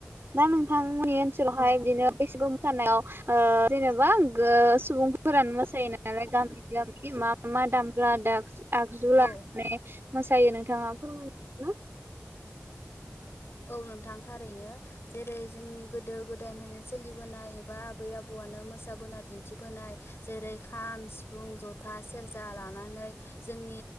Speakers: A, on the right; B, on the left.
A: दा नोंथांमोननि ओनस सोलावहाय बिदिनो बैसागु मोसानायाव ओ जेनेबा गो सुबुंफोरानो मोसायो नालाय गामि गामि मा मा दामग्रा दागज आगजु लानानै
B: औ
A: मोसायो नोंथाङा फोरमायनो ना?
B: औ नोंथां थारैनो जेरै जोंनि गोदो गोदाय माने सोलिबोनाय एबा आबै आबौ आनो मोसाबोना दिन्थिबोनाय जेरै खाम सिफुं जथा सेरजा लानानै जोंनि